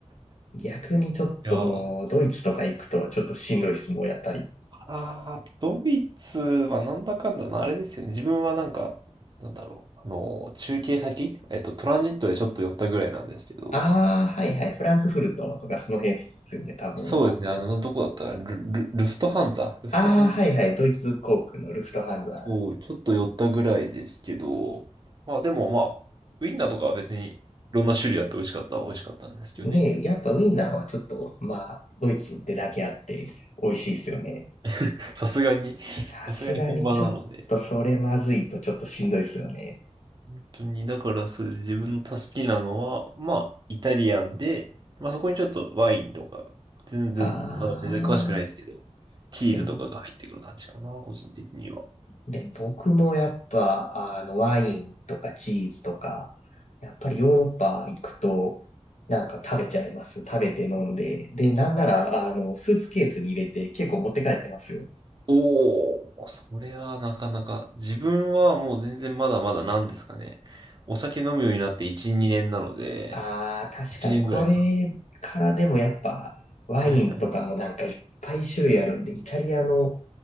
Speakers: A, on the left; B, on the right.
A: 逆にちょっともう、
B: いやー、
A: ドイツとか行くとちょっとしんどいっす、もうやっぱり。
B: あー、ドイツはなんだかんだな、あれですよね。自分はなんか、なんだろう。あの、中継先、えっと、トランジットでちょっと寄ったぐらいなんですけど、
A: ああ、はいはい、フランクフルトとかその辺っすよね、多分。
B: そうですね。あの、どこだったかなル、ル、ルフトハンザルフトハン、
A: ああ、はいはい、ドイツ航空のルフトハンザ。
B: そう、ちょっと寄ったぐらいですけど、まあでもまあ、ウインナーとかは別にいろんな種類あって美味しかったは美味しかったんですけどね。
A: ねえ、やっぱウィンナーはちょっと、まあ、ドイツってだけあって美味しいっすよね。
B: <laughs> さすがに、
A: さすがにちょっとそれまずいとちょっとしんどいっすよね。
B: さすがに本場なので。本当に、だからそうですね自分の好きなのは、まあ、イタリアンで、まあそこにちょっとワインとか、全然、
A: ああ、
B: まだ全然詳しくないですけど、チーズとかが入ってくる感じかな、
A: でも、
B: 個人的には。
A: で、僕もやっぱ、あの、ワインとかチーズとか、やっぱりヨーロッパ行くと、なんか食べちゃいます。食べて飲んで。で、なんなら、あの、スーツケースに入れて結構持って帰ってますよ。
B: おお、それはなかなか、自分はもう全然まだまだなんですかね。お酒飲むようになって1、2年なので、
A: ああ、確かにこれからでもやっぱ、
B: 1年ぐらいか。
A: ワインとかもなんかいっぱい種類あるんで、
B: <laughs>
A: イタリアの